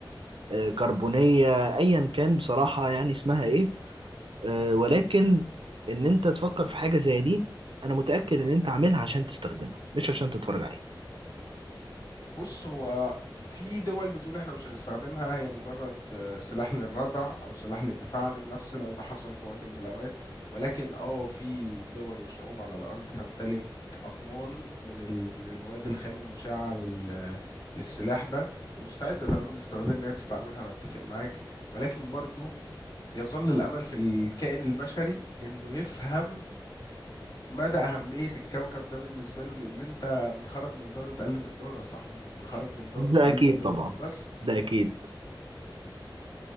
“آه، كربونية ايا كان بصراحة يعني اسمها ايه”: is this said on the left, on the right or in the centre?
Right